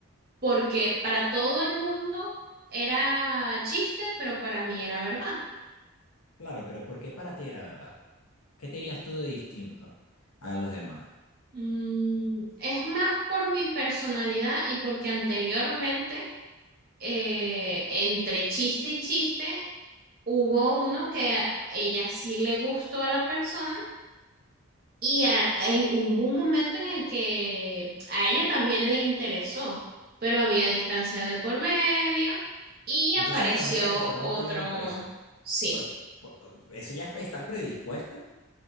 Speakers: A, on the right; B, on the left.
A: porque para todo el mundo era chiste, pero para mí era verdad.
B: Claro, pero ¿por qué para ti era verdad? ¿Qué tenías tú de distinto a los demás?
A: Mm, es más por mi personalidad y porque anteriormente, eh, entre chiste y chiste, hubo uno que a ella sí le gustó a la persona y a- en- hubo un momento en el que a ella también le interesó, pero había distancia de por medio y
B: Entonces
A: apareció
B: tu amiga te formó
A: otro,
B: problema por eso.
A: sí.
B: Por, por- eso ya es estar predispuesta